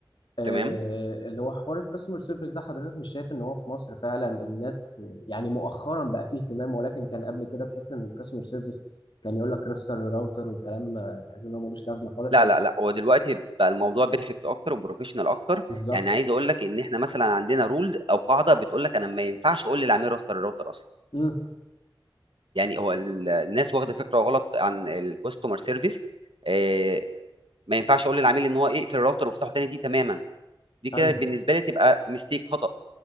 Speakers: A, on the left (about 65°); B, on the right (about 85°).
A: آه،
B: تمام؟
A: اللي هو حوار الكاستمر سيرفيس ده حضرتك مش شايف ان هو في مصر فعلا الناس يعني مؤخرا بقى فيه اهتمام ولكن كان قبل كده تحس ان الكاستمر سيرفيس كان يقول لك رستر الراوتر وكلام آه، تحس ان هو ملوش لازمه خالص
B: لأ،
A: حد
B: لأ، لأ، هو دلوقتي بقى الموضوع perfect أكتر وprofessional أكتر،
A: بالظبط
B: يعني عايز أقول لك إن إحنا مثلًا عندنا rule أو قاعدة بتقول لك أنا ما ينفعش أقول للعميل راستر الراوتر أصلًا،
A: امم
B: يعني هو ال الناس واخدة فكرة غلط عن الcustomer service آآ، ما ينفعش أقول للعميل إن هو يقفل الراوتر وافتحه تاني دي تمامًا، دي كده
A: ايوه
B: بالنسبة لي تبقى mistake خطأ.